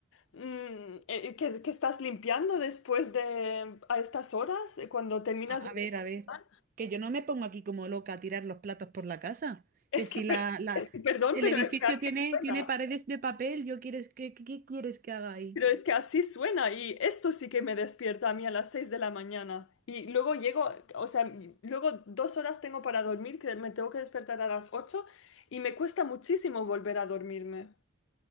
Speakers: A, on the left; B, on the right.
A: mm, eh, que, que estás limpiando después de, a estas horas, eh, cuando terminas
B: A,
A: de
B: a
A: desayunar.
B: ver, a ver, que yo no me pongo aquí como loca a tirar los platos por la casa,
A: Es
B: que si
A: que, per-
B: la, la-
A: es que, perdón,
B: el
A: pero
B: edificio
A: es que así
B: tiene,
A: suena.
B: tiene paredes de papel, yo quieres, ¿qué, qué- qué quieres que haga ahí?
A: Pero es que así suena y esto sí que me despierta a mí a las 6 de la mañana. Y luego llego, o sea, luego dos horas tengo para dormir, que me tengo que despertar a las 8 y me cuesta muchísimo volver a dormirme.